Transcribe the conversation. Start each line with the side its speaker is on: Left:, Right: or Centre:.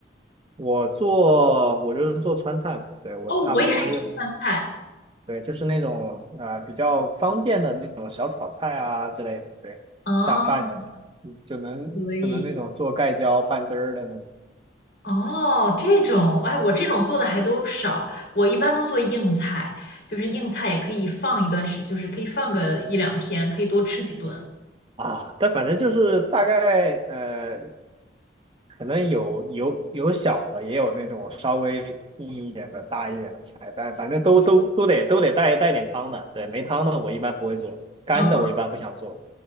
Right: 我做，我就是做川菜嘛，对，我差不多就，
Left: 哦，我也爱吃川菜。
Right: 对，就是那种啊比较方便的那种小炒菜啊之类的，对，
Left: 哦，
Right: 下饭的菜，嗯就能就能那种做盖浇拌汁儿的那种。
Left: 可以。哦，这种，哎，我这种做的还都少，我一般都做硬菜，就是硬菜也可以放一段时，就是可以放个一两天，可以多吃几顿。
Right: 啊，但反正就是大概呃，可能有有有小的，也有那种稍微硬一点的、大一点的菜，但反正都都都得都得带带点汤的。对，没汤的我一般不会做，干的我一般不想做。
Left: 哦，